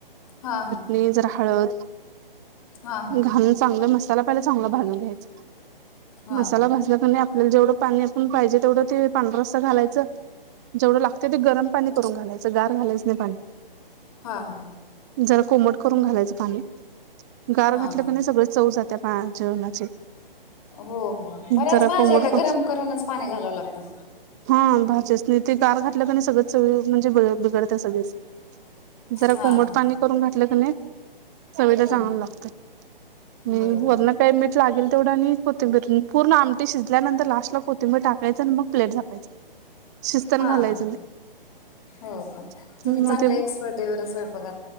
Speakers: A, on the left; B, on the right.
A: हा -हा.
B: नी जरा हळद
A: हा हा
B: घालून चांगलं मसाला पहिला चांगला भाजून घ्यायचा.
A: हा
B: मसाला
A: हा
B: भाजला क नई आपल्याला जेवढं पाणी आपण पाहिजे तेवढं ते पांढरा रस्सा घालायचं. जेवढं लागतं ते गरम पाणी करून घालायचं, गार घालायचं नाही पाणी.
A: हा, हा, हा.
B: जरा कोमट करून घालायचं पाणी, गार
A: हा
B: घातलं क नाही सगळच चव जातीया पार जेवणाची.
A: हो -हो बऱ्याच
B: जरा
A: भाज्याला
B: कोमट क
A: गरम करूनच पाणी घालावं लागतं.
B: हा भाजासनी ते गार घातलं न की नाही सगळं चव म्हणजे ब बिघडते सगळीच जरा
A: हा
B: कोमट
A: हा
B: पाणी करून घातलं का नाही चवीला
A: हम्म
B: चांगल लागतयं,
A: बरं
B: वरन काय मीठ लागेल तेवढं आणि कोथिंबीर पूर्ण आमटी शिजल्यानंतर लास्ट ला कोथिंबीर टाकायंच, आणि मग प्लेट झाकायचं. शिजताना
A: हा-हा
B: घालायचं
A: हो का?
B: नाही
A: तुम्ही
B: मग
A: चांगले
B: ते
A: एक्सपर्टय बर स्वयपाकात.